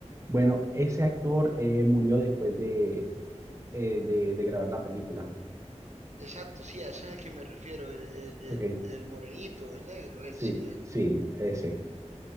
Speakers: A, on the right; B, on the right.
A: Bueno, ese actor eh, murió después de, eh, de de grabar la película.
B: Exacto, sí, a ese es el que me refiero, el, el, el,
A: Ok,
B: el morenito, el negro, él,
A: sí,
B: sí, él.
A: sí, ese.